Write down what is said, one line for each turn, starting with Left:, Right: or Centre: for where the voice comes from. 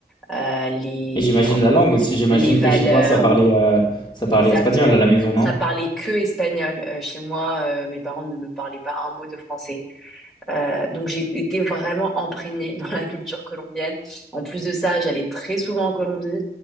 Centre: euh, les,
Left: Et j'imagine
Centre: enfin,
Left: la langue aussi, j'imagine
Centre: les valeurs.
Left: que chez toi ça parlait, euh, ça parlait
Centre: Exactement.
Left: espagnol à la maison, non?
Centre: Ça parlait que espagnol. Euh, chez moi, euh, mes parents ne me parlaient pas un mot de français. Euh, donc j'ai été vraiment imprégnée dans la culture colombienne. En plus de ça, j'allais très souvent en Colombie.